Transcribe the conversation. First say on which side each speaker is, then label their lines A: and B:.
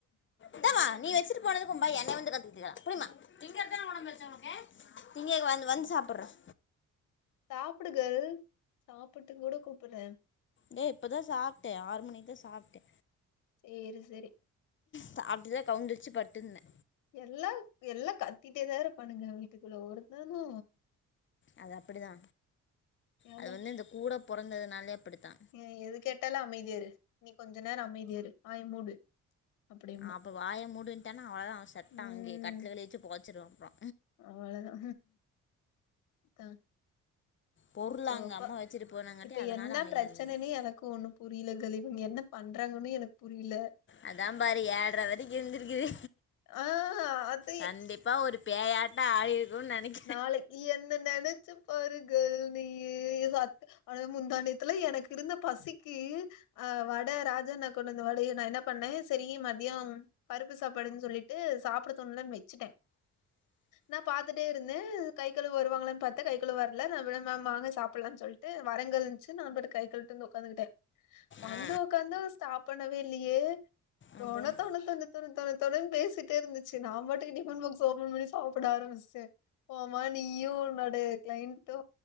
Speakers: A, on the left; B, on the left.
A: இந்த மா நீ வச்சிட்டு போனது கும்பையன் என்ன வந்து கத்துக்கிட்டுக்கலாம் புடிமா திங்கானச்ச திங்க வந்து வந்து சாப்பிடுறோம்
B: சாப்புடு கேள் சாப்புட்டுங் கூட கூப்புடுறே
A: டேய் இப்பதா சாப்ட்டே ஆறு மணிக்குதா சாப்ட்டே
B: சேரி செரி
A: சாப்ட்டுதா கவுந்தடிச்சு படுத்துருந்தே
B: எல்லா எல்லா கத்திட்டேதா இருப்பானுங்க வீட்டுக்குள்ள ஒருத்தனு
A: அது அப்படிதா
B: எ
A: அது வந்து இந்த கூட பொறந்ததுனாலே அப்படித்தா
B: ஏ எது கேட் டாலு அமைதியாரு நீ கொஞ்சொ நேரம் அமைதியாரு வாய் மூடு அப்டிம்பா
A: அப்போ வாய மூடுன்ட்டேனா அவ்ளோதா அவ செத்தா
B: ம்
A: அங்கே கட்டுலேல வச்சி பொதச்சுறுவ அப்றோ
B: அவ்ளோதா த்தா
A: பொருள்
B: சோப்பா
A: அங்கே அம்மா வச்சுட்டு போனாங்காட்டி
B: இப்ப
A: அதனால்
B: என்ன
A: அமைதியாக
B: பிரச்சனன்னு
A: இருந்துட்டேன்
B: எனக்கு ஒன்னும் புரியல கேள் இவ்ங்க என்ன பண்றாங்கன்னு எனக்கு புரில
A: அதாம் பாரு ஏழ்ர வரைக்கு இருந்திருக்குது
B: ஆ அது
A: கண்டிப்பா ஒரு பேயாட் ட்டோ ஆயிருக்குன் நெனைக்
B: நாளைக் இ என்ன நெனைச்சு பாரு கேள் நீ சத் ஆன வே முந்தா நேத்துல எனக்கு இருந்த பசிக்கு ஆ வட ராஜாண்ண கொண் வந்த வடைய நா என்ன பண்ணே சரி மதியம் பருப்பு சாப்பாடுன் சொல்லிட்டு சாப்படத் தோணலன் வச்சுட்டே நா பாத்துட்டே இருந்தே கை கழு வருவாங்களன் பாத்த கை கழுவ் வரல நா விட மேம் வாங்க சாப்புலானு சொல்ட்டு வரங் கேள் ச்சு நா பாட்டுக் கை கழுவிட்டு வந்து உக்காந்துகிட்டே வந்து
A: ஆ
B: உக்காந்து ஸ்டாப் பண்ணவே இல்லியே தொண
A: அப்புறம்
B: தொண தொண தொண தொண தொணனு பேசிட்டே இருந்துச்சு நா பாட்டுக்கு டிஃபன் பாக்ஸ் ஓபன் பண்ணி சாப்புட ஆரம்மிச்ச போமா நீயு உன்னோடைய கிளைண்ட்டு